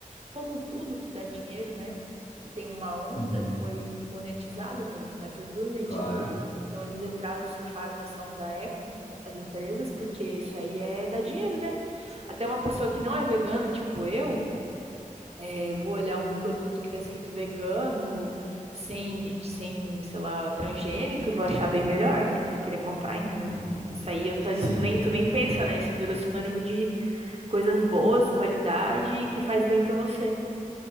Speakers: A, on the right (about 45°); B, on the left (about 80°).
A: como tudo que dá dinheiro, né? Que tem uma onda,
B: Uhum.
A: foi monetizado muito, né? Foi gourmetizado.
B: Claro.
A: Então eles entraram, surfaram nessa onda eco, as empresas, porque isso aí é dar dinheiro, né? Até uma pessoa que não é vegana, tipo eu, é, Eu vou olhar um produto que está escrito vegano, sem, sem, sei lá, transgênico, e vou achar bem melhor, tipo, vou querer comprar, entendeu?
B: Uhum.
A: Isso aí, eu- às
B: Sim.
A: vezes tu nem, tu nem pensa, né? Isso virou sinônimo de coisas boas, qualidade, e que faz bem pra você.